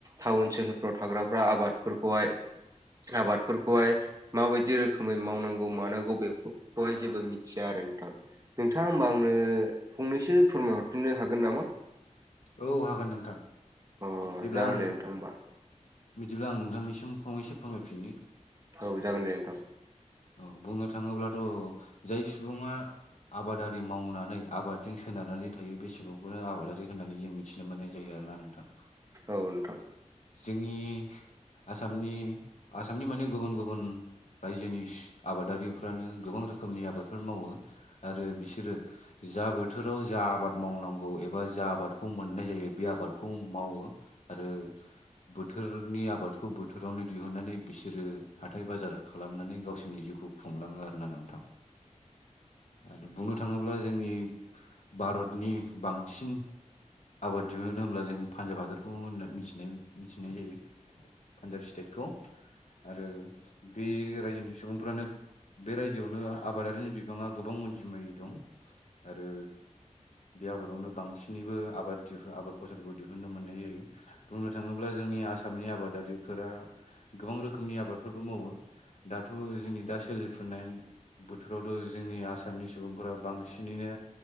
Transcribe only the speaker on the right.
टाउन सोहोरफ्राव थाग्राफ्रा आबादफोरखौहाय आबादफोरखौहाय माबायदि रोखोमै मावनांगौ मानांगौ बेखौ बेखौहाय जेबो मिथिया आरो नोंथां नोंथाङा होमबा आंनो फंनैसो फोरमायहरफिननो हागोन नामा?
अ
जागोन
दे नोंथां होमबा
औ जागोन दे नोंथां।
औ नोंथां